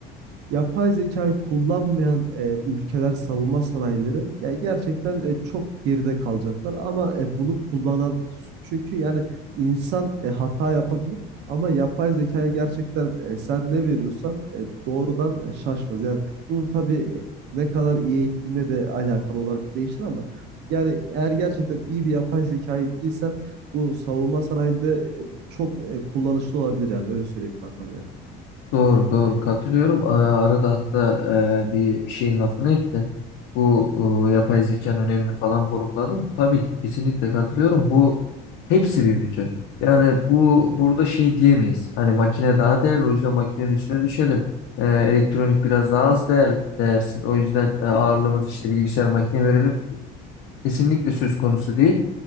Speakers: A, on the right; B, on the left.
A: yapay zekayı kullanmayan e, ülkeler savunma sanayileri ya gerçekten e, çok geride kalacaklar ama e, bunu kullanan çünkü yani insan e, hata yapabilir ama yapay zekaya gerçekten e, sen ne veriyorsan e, doğrudan e, şaşmaz. Yani bunun tabii e, ne kadar iyi eğittiğine de alakalı olarak değişir ama yani eğer gerçekten iyi bir yapay zeka eğittiysen bu savunma sanayinde e, çok e, kullanışlı olabilir yani öyle söyleyeyim kankam yani.
B: Doğru doğru katılıyorum. Aa, Arada hatta e, bir, bir şeyin lafını ettin. Bu e, yapay zekanın önemini falan vurguladın. Tabii ki, kesinlikle katılıyorum. Bu hepsi bir bütün. Yani bu burada şey diyemeyiz. Hani makine daha değerli o yüzden makinenin üstüne düşelim. E, elektronik biraz daha az değer, değersiz. O yüzden e, ağırlığımız işte bilgisayar makine verelim. Kesinlikle söz konusu değil.